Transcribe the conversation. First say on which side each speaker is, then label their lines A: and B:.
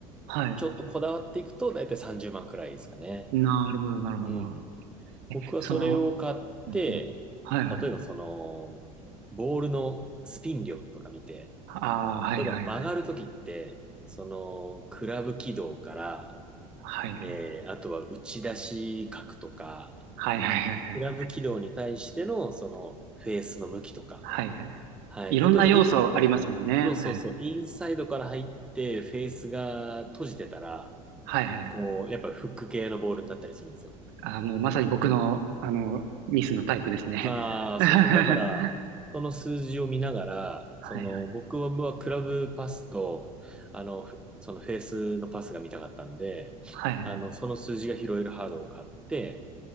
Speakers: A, on the right (about 60°); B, in the centre.
A: はい。
B: ちょっとこだわっていくと、だいたい30万くらいですかね。
A: なるほどなるほどなるほど。
B: うん。
A: え、
B: 僕はそれを買って、
A: その、うんうん。はいはいはい。
B: 例えばその、ボールのスピン量とか見て、
A: ああ、はいはいはい。
B: 例えば曲がるときって、その、クラブ軌道から、
A: はいはい。
B: えー、あとは打ち出し角とか、
A: はいはいはいはい。
B: クラブ軌道に対しての、その、フェースの向きとか。
A: はいはい。
B: はい。
A: いろんな要素ありますもんね。
B: 例えばイン、そうそうそう、
A: はい。
B: インサイドから入って、フェースが閉じてたら、
A: はいはいはい。
B: こう、やっぱフック系のボールになったりするんですよ。
A: ああ、もうまさに僕の、
B: うん
A: あの、ミスのタイプですね。
B: ああ、
A: <laughs>
B: そうそう。だから、
A: は
B: その数字を見ながら、その、
A: いはい。
B: 僕はクラブパスと、あの、ふそのフェースのパスが見たかったんで、
A: はいはい。
B: あの、その数字が拾えるハードを買って、